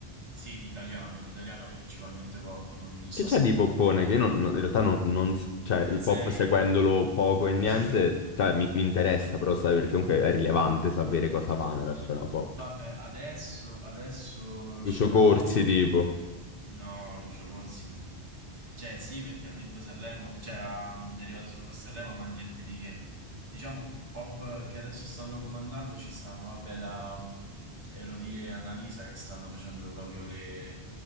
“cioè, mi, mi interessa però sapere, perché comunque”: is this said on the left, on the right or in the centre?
Left